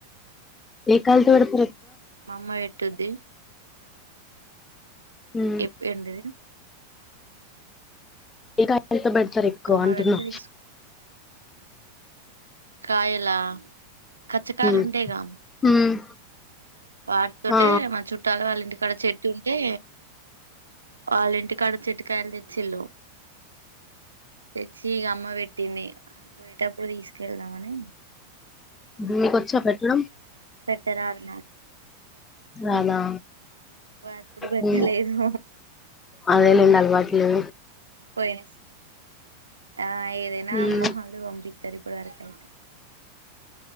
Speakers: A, on the left; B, on the right.
A: ఏ కాలు తడప
B: మామ్మ పెట్ టుద్ది
A: ఉమ్
B: ఎప్పు ఏంటిది
A: ఏ కాయతో బడ్ సరి ఎక్కువంటున్నా
B: అమ్మ పెడితే తీసు కాయలా కచ్చకాయలు
A: ఉమ్
B: ఉంటాయిగా
A: ఉమ్
B: వాటితోటే
A: ఆ
B: మా చుట్టాల వాళ్ళ ఇంటికాడ చెట్ ట్టుంటే వాళ్ళ ఇంటి కడ చెట్టు కాయలు తెచ్చిల్లు తెచ్చీ ఇగ అమ్మ పెట్ పట్టింది పోయేటప్పుడు తీసుకెళ్దాంమని
A: మి కొచ్చా పెట్టడం
B: పెట్ట రాదన్నారు
A: రాదా
B: ఎప్పుడు పెట్టలేదు
A: మ్మ్ అదేలేండి అలవాట్లు
B: పోయినిస్ ఆ ఏదైనా
A: ఉమ్
B: అమ్మ మళ్ళీ పంపిత్ తరిపుడాకాయితే